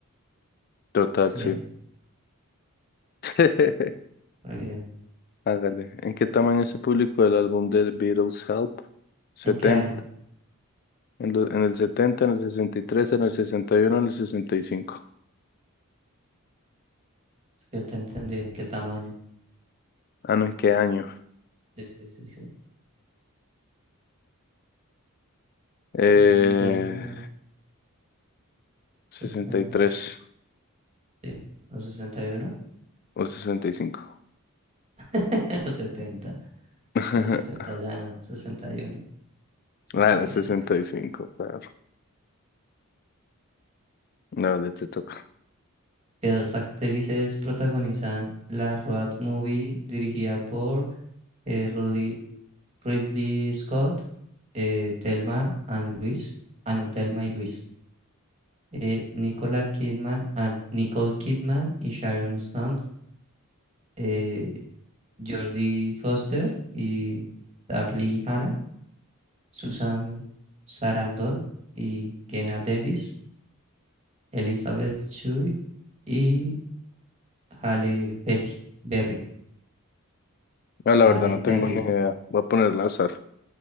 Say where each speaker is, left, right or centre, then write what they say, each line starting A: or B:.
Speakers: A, on the left; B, on the right.
A: Total,
B: Bien,
A: sí. <laughs>
B: muy bien.
A: Hágale. ¿En qué tamaño se publicó el álbum de The Beatles Help? 70.
B: ¿En qué año?
A: En, lo- en el 70, en el 63, en el 61, en el 65.
B: Es que te entendí, ¿en qué tamaño?
A: Ah, no, ¿en qué año?
B: Sí, sí, sí, sí.
A: Eh,
B: Mm, Desde los
A: sesenta
B: sesenta
A: y tres
B: Sí, o sesenta y uno
A: o 65.
B: <laughs> o setenta
A: <laughs>
B: o 70 ya no, sesenta sesenta y uno sesenta
A: Ah, era 65,
B: y cinco
A: pero. Dale, te toca.
B: Que dos actrices protagonizan la road movie dirigida por eh, Ridley, Ridley Scott, eh, Thelma and Luis, ah no, Thelma y Luis, eh, Nicole Kidman, ah, Nicole Kidman y Sharon Stone, eh, Jodie Foster y Darlie Hannah. Susan Sarandon y Kenna Davis, Elizabeth Shue y Halle Betty Berry,
A: Ah, la
B: Allen
A: verdad no tengo
B: Berry.
A: ni idea. Voy a ponerla al azar.